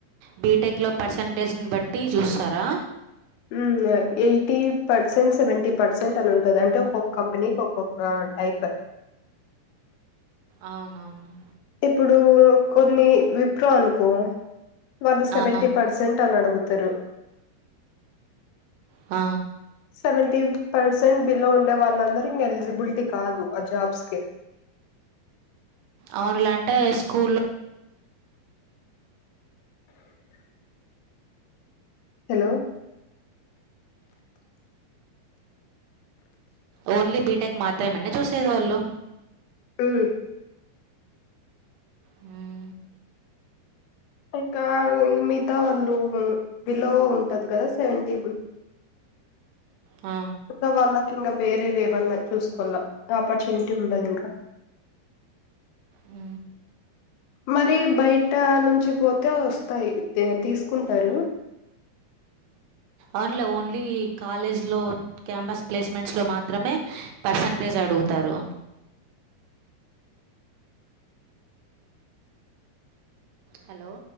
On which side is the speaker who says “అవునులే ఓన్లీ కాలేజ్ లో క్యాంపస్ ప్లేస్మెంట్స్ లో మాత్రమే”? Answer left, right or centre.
Right